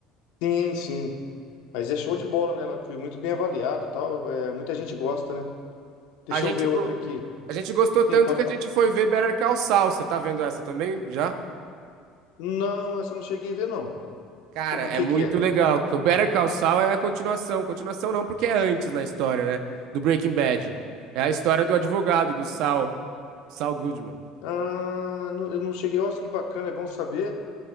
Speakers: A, on the left; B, on the right.
A: Sim, sim. Mas é show de bola, né? Ela foi muito bem avaliada e tal. é, muita gente gosta, né? Deixa
B: A gente,
A: eu ver outra
B: go-
A: aqui.
B: a gente gostou
A: Sim,
B: tanto
A: pode,
B: que
A: pode.
B: a gente foi ver Better Call Saul. Você tá vendo essa também já?
A: Não, essa eu não cheguei a ver, não.
B: Cara,
A: Sobre
B: é
A: o que
B: muito
A: que é?
B: legal. que O Better Call Saul é a continuação. Continuação não, porque é antes na história, né? Do Breaking Bad. É a história do advogado, do Saul. Saul Goodman.
A: Ah, não- eu não cheguei. Nossa, que bacana, é bom saber.